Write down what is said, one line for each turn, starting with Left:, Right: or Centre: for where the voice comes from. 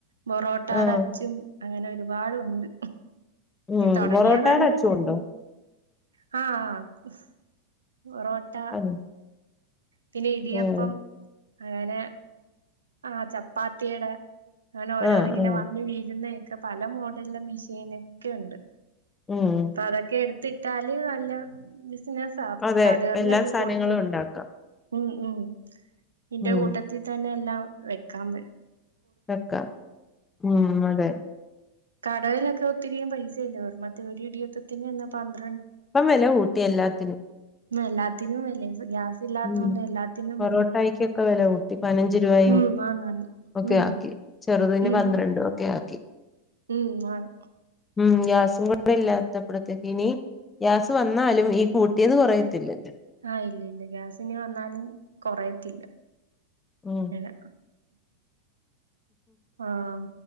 Right: ബൊറോട്ടാടെ
Left: ആഹ്
Right: അച്ഛും അങ്ങനെ ഒരുപാടുണ്ട്
Left: ഉം
Right: ഇ തുടങ്ങിയ
Left: പൊറോട്ടയുടെ
Right: നല്ലതായിരുന്നു
Left: അച്ചുണ്ടോ
Right: ഹാ ഹാ ഹ ബൊറോട്ട
Left: ആഹ്
Right: പിന്നെ ഇടിയപ്പം
Left: ഉം
Right: അങ്ങനെ ആഹ് ചപ്പാത്തിയുടെ അങ്ങനെ ഓരോന്ന്
Left: ആഹ്
Right: ഇങ്ങനെ
Left: ആഹ്
Right: വന്നു വീഴുന്നേ. ഒക്കെ പല മോഡലും മിഷീനൊക്കെ ഉണ്ട്.
Left: ഉം
Right: അതൊക്കെ എടു ത്തിട്ടാല് അല്ല ബി ബിസിനസാവും
Left: അതെ
Right: കടകളിലൊക്കെ
Left: എല്ലാ സാധനങ്ങളും
Right: കൊടുക്കണം.
Left: ഉണ്ടാക്കാം
Right: ഉം ഉം എന്റെ
Left: ഉം
Right: കൂട്ടത്തിൽ തന്നെ എല്ലാം. വെക്കാൻ പറ്റ
Left: വെക്കാം ഉം അതെ.
Right: കടയിലൊക്കെ ഒത്തിരി പൈസയില്ല മറ്റേ ഒരു ഇടിയപ്പത്തിന് എന്ന പന്ത്ര
Left: അപ്പം വിലകൂട്ടി എല്ലാത്തിനും.
Right: എല്ലാത്തിനും വിലയാ. ഗ്യാസ് ഇല്ലാത്തൊണ്ട
Left: ഉം
Right: എല്ലാത്തിന്നും
Left: പൊറോട്ടായിക്കൊക്കെ
Right: വിലയാ
Left: വില കൂട്ടി പതിനഞ്ച് രൂപയും
Right: ഉം ആണ് ആണ്
Left: ഒക്കെ
Right: ഉം.
Left: ആക്കി ചെറുതിന്
Right: ഉം
Left: പന്ത്രണ്ടും ഒക്കെ ആക്കി.
Right: ഉം ആണ്
Left: ഉം ഗ്യാസും കൂടെ ഇല്ലാത്തപ്പോഴത്തേക്കിനി ഗ്യാസ് വന്നാലും ഈ കൂട്ടിയത് കൊറയത്തില്ലല്ലേ.
Right: ആഹ് ഇല്ല ഇല്ല ഗ്യാസി ഇനി വന്നാലും കൊറയത്തില്ല.
Left: ഉം
Right: ഇല്ല ആഹ്